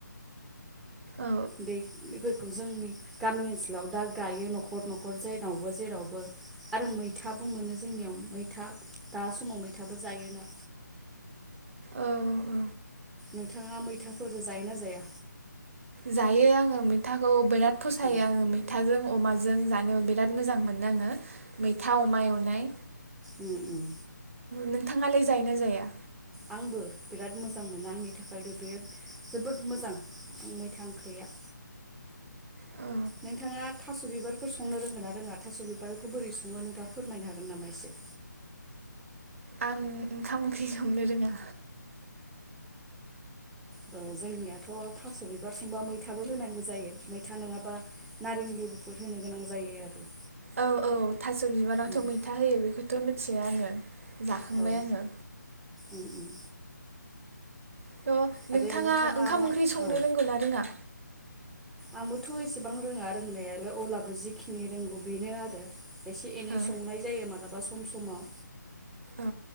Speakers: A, on the right; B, in the centre.
A: औ
B: दै बेफोरखौ जोंनि गामि ओनसोलाव दा गायो न'खर न'खर जायनावबो जेरावबो आरो मैथाबो मोनो जोंनियाव मैथा दा समाव मैथाबो जायोना।
A: औ औ
B: नोंथाङा मैथाफोर जायो ना जाया।
A: जायो आङो मैथाखौ बिराद। फसायो
B: अ
A: आङो मैथाजों अमाजों। जों जानो बिराद मोजां मोनो आङो। मैथा अमा एवनाय।
B: ओम ओम।
A: नोंथाङालाय जायो ना जाया।
B: आंबो बिराद मोजां मोनो आंनि थाखायथ' बे जोबोद मोजां आं मैथा ओंख्रिया।
A: औ
B: नोंथाङा थास' बिबारफोर संनो रोंगो ना रोङा थास' बिबारखौ बोरै सङो नोंथाङा फोरमायनो हागोन नामा एसे।
A: आं ओंखाम ओंख्रि संनो रोङा।
B: अ औ जोंनियाथ' थास' बिबार संबा मैथाबो होनांगौ जायो मैथा नङाबा नारें लिबु फोर होनो गोनां जायो आरो।
A: औ औ थास' बिबारावथ'
B: उम
A: मैथा होयो बेखौथ' मोन <unintelligible> आङो। जाखांबाय
B: औ
A: आङो।
B: उम उम।
A: थ'
B: आरो
A: नोंथाङा ओंखाम
B: मा
A: ओंख्रि संनो
B: औ
A: रोंगौ ना रोङा?
B: आंबोथ' एसेबां रोङा रोंनायालाय अब्लाबो जिखिनि रोंगौ बेनो आरो। एसे एनै
A: औ
B: संनाय जायो मालाबा। बा सम समाव।
A: औ